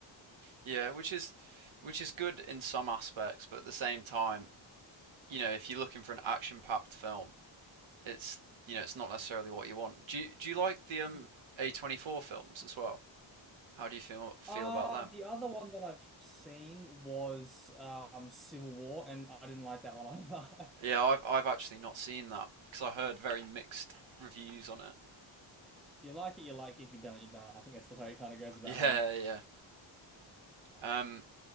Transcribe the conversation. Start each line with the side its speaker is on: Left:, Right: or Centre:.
Right: Yeah, which is which is good in some aspects, but at the same time, you know, if you're looking for an action packed film, it's you know, it's not necessarily what you want. Do you do you like the um
Centre: Y-
Right: A24 films as well? How do you feel feel
Centre: Uh,
Right: about them?
Centre: the other one that I've seen was um, Civil War, and I didn't like that one either.
Right: Yeah,
Centre: <laughs>
Right: I've I've actually not seen that because I heard very mixed reviews on it.
Centre: If you like it, you like it. If you don't, you don't. I think that's the way it kind of goes with
Right: Yeah,
Centre: that one.
Right: yeah. Um,